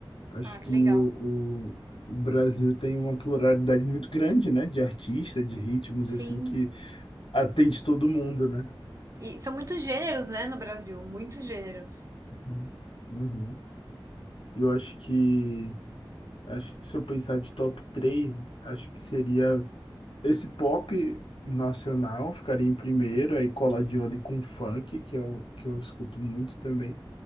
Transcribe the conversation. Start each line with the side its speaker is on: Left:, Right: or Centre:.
Left: Acho
Right: Ah,
Left: que
Right: que legal.
Left: o, o- o Brasil tem uma pluralidade muito grande, né? De artistas, de ritmos,
Right: Sim.
Left: assim, que atende todo mundo, né?
Right: E são muitos gêneros, né, no Brasil, muitos gêneros.
Left: Uhum. Uhum. Eu acho que, acho que se eu pensar de top 3, acho que seria esse pop nacional, ficaria em primeiro, aí coladinho ali com funk, que é o que eu escuto muito também.